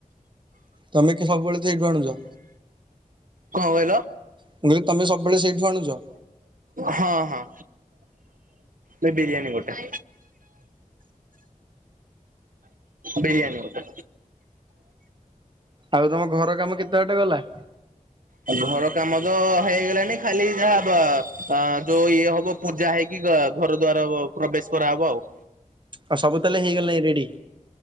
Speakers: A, on the right; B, on the right.
A: ତମେ କି ସବୁବେଳେ ତ ସେଇଠୁ ଆଣୁଛ?
B: କଣ କହିଲ?
A: ମୁଁ କହିଲି ତମେ ସବୁବେଳେ ସେଇଠୁ ଆଣୁଛ
B: ହଁ ହଁ। ଏ ବିରିୟାନୀ ଗୋଟେ। ବିରିୟାନୀ ଗୋଟେ।
A: ଆଉ ତମ ଘର କାମ କେତେ ବାଟ ଗଲା?
B: ହ ଘର କାମ ତ ହେଇଗଲାଣି ଖାଲି ଯାହା ଦ୍ୱ -ଆ ଯୋଉ ଇଏ ହବ ପୂଜା ହେଇକି। ଘର ଦୁଆର ବ ପ୍ରବେଶ କରାହବ ଆଉ।
A: ଆଉ ସବୁ ତାଏଲେ ହେଇଗଲାଇଁ ରେଡି।